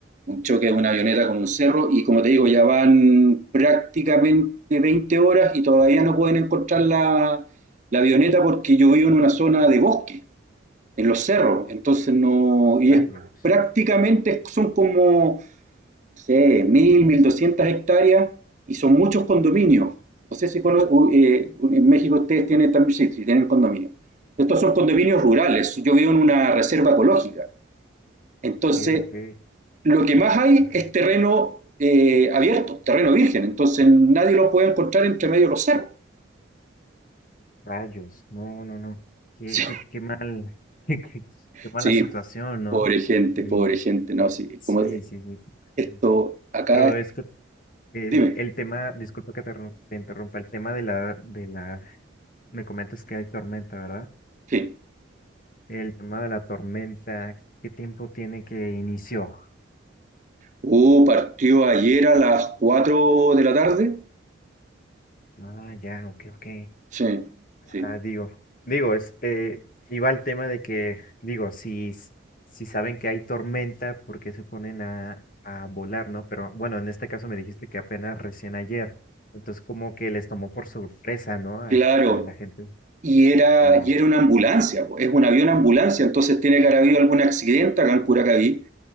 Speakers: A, on the right; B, on the left.
A: un choque de una avioneta con un cerro y como te digo, ya van prácticamente 20 horas y todavía no pueden encontrar la, la avioneta porque yo vivo en una zona de bosque, en los cerros, entonces no, y
B: rayos.
A: es prácticamente son como, no sé, mil, mil doscientas hectáreas y son muchos condominios. No sé si cono- eh, en México ustedes tienen también, sí, sí, tienen condominios. Estos son condominios rurales, yo vivo en una reserva ecológica. Entonces,
B: Ok,
A: lo que más hay
B: ok.
A: es terreno eh, abierto, terreno virgen, entonces nadie lo puede encontrar entre medio de los cerros. <laughs>
B: Rayos, no, no, no. Qué,
A: Sí,
B: qué, qué mal, <laughs> qué, qué- qué mala
A: sí,
B: situación, ¿no?
A: pobre gente,
B: Y
A: pobre gente, no, sí,
B: sí,
A: como
B: sí, sí, completamente.
A: esto acá,
B: Pero es que el,
A: dime,
B: el tema, disculpa que te, ro- te interrumpa, el tema de la, de la, me comentas que hay tormenta, ¿verdad?
A: sí.
B: El tema de la tormenta, ¿qué tiempo tiene que inició?
A: Uh, partió ayer a las 4 de la tarde,
B: Ah, ya, ok, ok.
A: sí, sí,
B: Ah, digo, digo, este, iba al tema de que, digo, si, s- si saben que hay tormenta, ¿por qué se ponen a, a volar, no? Pero bueno, en este caso me dijiste que apenas recién ayer, entonces como que les tomó por sorpresa, ¿no? A,
A: claro,
B: a la gente.
A: y era,
B: No,
A: y era una ambulancia, po. es un avión ambulancia, entonces tiene que haber habido algún accidente acá en Curacaví,